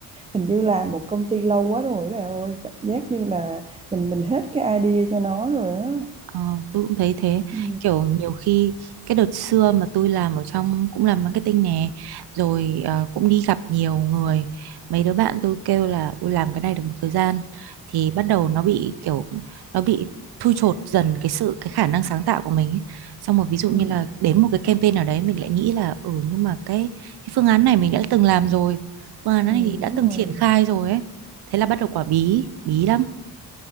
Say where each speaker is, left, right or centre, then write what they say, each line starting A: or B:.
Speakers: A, on the right; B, on the right.
A: hình như là một công ty lâu quá rồi bà ơi cảm giác như là mình mình hết cái idea cho nó rồi á
B: ờ, tôi cũng thấy thế
A: ừ,
B: kiểu nhiều khi cái đợt xưa mà tôi làm ở trong cũng làm marketing nè rồi ờ, cũng đi gặp nhiều người mấy đứa bạn tôi kêu là ôi làm cái này được một thời gian thì bắt đầu nó bị kiểu nó bị thui chột dần cái sự cái khả năng sáng tạo của mình ấy. Xong rồi ví dụ như
A: ừ,
B: là đến một cái campaign nào đấy mình lại nghĩ là ừ nhưng mà cái, cái phương án này mình đã từng làm rồi phương án này
A: ừ, đúng
B: đã từng
A: rồi
B: triển khai rồi ấy thế là bắt đầu quả bí bí lắm